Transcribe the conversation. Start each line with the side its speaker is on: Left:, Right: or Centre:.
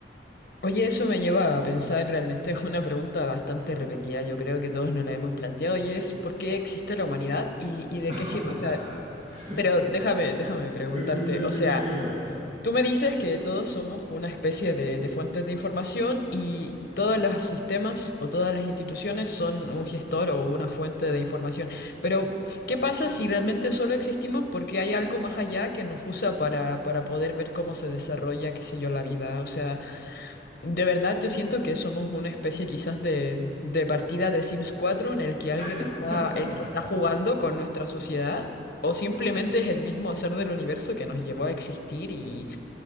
Left: Oye, eso me lleva a pensar realmente <laughs> es una pregunta bastante repetida, yo creo que todos nos la hemos planteado, y es ¿por qué existe la humanidad y, y de qué
Right: <laughs>
Left: sirve? O sea, pero déjame, déjame preguntarte,
Right: Sí, sí, sí, sí,
Left: o sea,
Right: me encanta.
Left: Tú me dices que todos somos una especie de, de fuentes de información y todos los sistemas o todas las instituciones son un gestor o una fuente de información. Pero, ¿qué pasa si realmente solo existimos porque hay algo más allá que nos usa para, para poder ver cómo se desarrolla, qué sé yo, la vida? O sea, de verdad yo siento que somos una especie quizás de, de partida de Sims cuatro en el que alguien
Right: <laughs>
Left: está, el que está jugando con nuestra sociedad. O simplemente es el mismo hacer del universo que nos llevó a existir y,